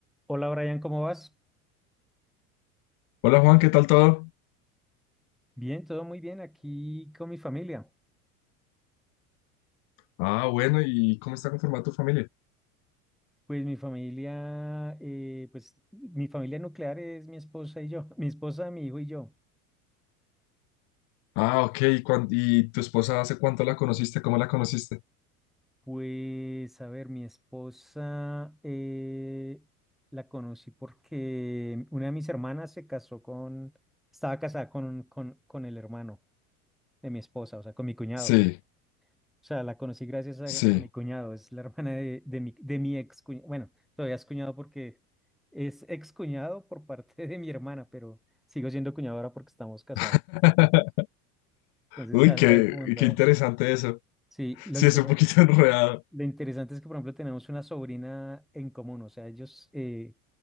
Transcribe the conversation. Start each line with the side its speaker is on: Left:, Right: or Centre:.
Centre: Hola Brian, ¿cómo vas?
Left: Hola Juan, ¿qué tal todo?
Centre: Bien, todo muy bien aquí con mi familia.
Left: Ah, bueno, ¿y cómo está conformada tu familia?
Centre: Pues mi familia, eh, pues mi familia nuclear es mi esposa y yo, <laughs> mi esposa, mi hijo y yo.
Left: Ah, ok, ¿y, cuán- y tu esposa hace cuánto la conociste? ¿Cómo la conociste?
Centre: Pues a ver, mi esposa eh, la conocí porque una de mis hermanas se casó con, estaba casada con, un- con, con el hermano de mi esposa, o sea, con mi cuñado.
Left: Sí,
Centre: O sea, la conocí gracias a,
Left: sí.
Centre: a mi cuñado, es la <laughs> hermana de, de mi, de mi ex cuñado. Bueno, todavía es cuñado porque es ex cuñado por parte de mi hermana, pero sigo siendo cuñado ahora porque estamos casados.
Left: <laughs>
Centre: Entonces
Left: Uy,
Centre: es algo
Left: qué,
Centre: ahí como enredado.
Left: qué interesante eso.
Centre: Sí, lo
Left: Sí,
Centre: interesante,
Left: es un poquito <laughs> enredado.
Centre: lo interesante es que, por ejemplo, tenemos una sobrina en común. O sea, ellos, eh,